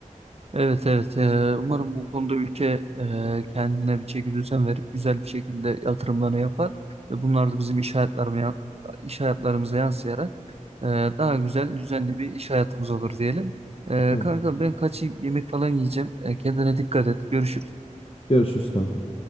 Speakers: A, on the right; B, on the left.
A: Evet evet Ee, umarım bu konuda ülke e, kendine bir çekidüzen verip güzel bir şekilde yatırımlarını yapar ve bunlar da bizim iş hayatlarımıza, iş hayatlarımıza yansıyarak e, daha güzel düzenli bir iş hayatımız olur diyelim. E,
B: Tamam.
A: kanka ben kaçayım yemek falan yiyeceğim. E, kendine dikkat et. Görüşürüz.
B: Görüşürüz kankam.